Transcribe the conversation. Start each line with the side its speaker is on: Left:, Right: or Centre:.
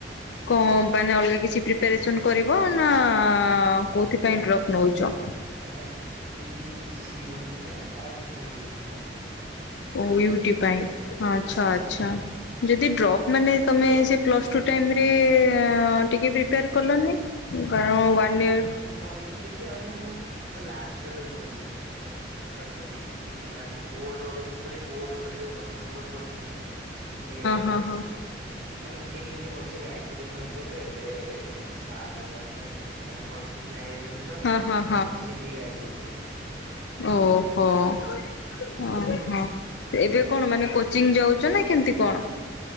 Left: କଣ ମାନେ ଅଲଗା କିଛି ପ୍ରିପାରେସନ୍ କରିବ ନା କୋଉଥିପାଇଁ ଡ୍ରପ୍ ନଉଛ?
Right: ଆଜ୍ଞା, ସେଇ ସି ଓ ଇ ଟି ପାଇଁ ଆଉ ଓ ଇ ଓ ଟି ପାଇଁ।
Left: ଓ ୟୁ ଇ ଟି ପାଇଁ ହଁ, ଆଚ୍ଛା,
Right: ଆଜ୍ଞା।
Left: ଆଚ୍ଛା। ଯଦି ଡ୍ରପ୍ ମାନେ ତମେ ସେ ପ୍ଲସ୍ଟୁ ଟାଇମରେ ଟିକେ ପ୍ରିପେଆର କଲନି? କାରଣ ୱାନ ଇୟର
Right: କରେଇଥିଲି ଯେ ମାନେ ମୁଁ ଲାଷ୍ଟ ବେଳକୁ କଲି। ସେ ମାନେ ପାଖାପାଖି ଦି ତିନି ମାସେ ବୋର୍ଡବେଳକୁ ମୁଁ ଖାଲି ବୋର୍ଡ ଉପରେ ଟିକେ ଭଲସେ ଫୋକସ କରିଥିଲି ତ ମୁଁ ଟିକେ
Left: ହଁ ହଁ
Right: ମାନେ କେହି ଟିକେ ଭଲସେ ଗାଇଡ କରିବାକୁ ନଥିଲେ ତ ଏବେ ସାର୍ ଗୋଟା ମାନେ ଚି ମାନେ ଭଲସେ ଚିହ୍ନା ହେଇଯାଇଛନ୍ତି ତ
Left: ହଁ ହଁ ହଁ
Right: ସେମାନେ ସିଏ ଟିକେ ଗାଇଡ କରିଦଉଛନ୍ତି।
Left: ଓହୋଃ, ଅଁ ହଁ, ଏବେ କଣ ମାନେ କୋଚିଂ ଯାଉ ଯାଉଛ ନା କେମିତି କଣ?